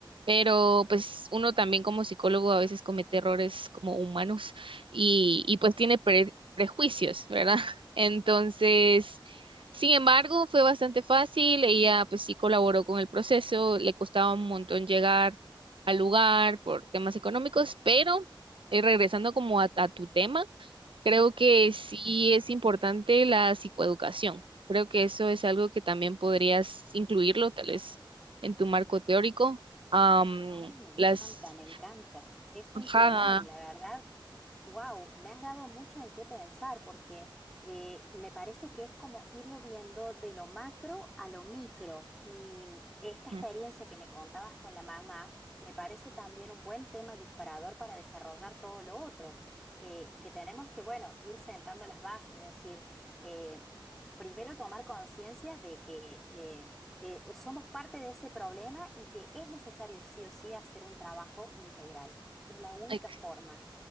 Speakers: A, on the right; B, in the centre.
A: pero pues uno también como psicólogo a veces comete errores como humanos y, y pues tiene pre- prejuicios, ¿verdad? <laughs> Entonces,
B: Claro.
A: sin embargo, fue bastante fácil. Ella pues sí colaboró con el proceso, le costaba un montón llegar al lugar por temas económicos, pero eh, regresando como a a tu tema. Creo que sí es importante la psicoeducación. Creo que eso es algo que también podrías incluirlo, tal vez, en tu marco teórico. Am,
B: Ay, me encanta,
A: las...
B: me encanta. Es
A: Ajá.
B: un temón, la verdad. Wow, me has dado mucho en qué pensar porque eh, me parece que es como irlo viendo de lo macro a lo micro. Y esta experiencia
A: Ujú.
B: que me contabas con la mamá me parece también un buen tema disparador para desarrollar todo lo otro. eh, que tenemos que, bueno, ir sentando las bases, es decir, eh, primero tomar conciencia de que eh, eh, eh, somos parte de ese problema y que es necesario sí o sí hacer un trabajo integral. Es la única
A: Ay,
B: forma.